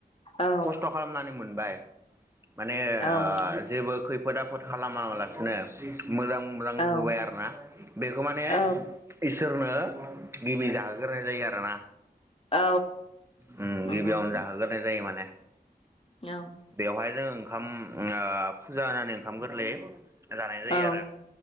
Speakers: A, on the left; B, on the right.
A: औ
B: खस्थ' खालामनानै मोनबाय माने
A: औ
B: ओ जेबो खैफोद <unintelligible> खालामालासिनो मोजां मोजां
A: औ
B: होबाय आरोना बेखौ माने
A: औ
B: इसोरनो गिबि जागोरनाय जायो आरो ना
A: औ
B: ओम
A: नंगौ
B: गिबियावनो
A: नोंथां
B: जाहोग्रोनाय जायो माने
A: औ
B: बेवहाय जों ओंखाम ओ फुजा होननानै ओंखाम गोरलै जानाय जायो
A: औ
B: आरो